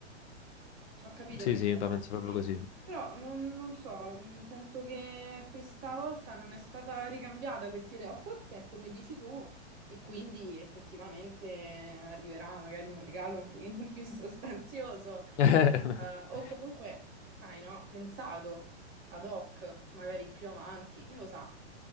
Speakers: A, on the right; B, on the left.
A: ho capito
B: Sì,
A: che intendi,
B: sì, la penso proprio
A: sì.
B: così.
A: Però non, non so, mh, sento che questa volta non è stata ricambiata questa idea, o forse è come dici tu, e quindi effettivamente arriverà magari un regalo un pochino <laughs> più sostanzioso,
B: <laughs>
A: eh,
B: <laughs>
A: o comunque, sai, no, pensato ad hoc, magari più avanti, chi lo sa.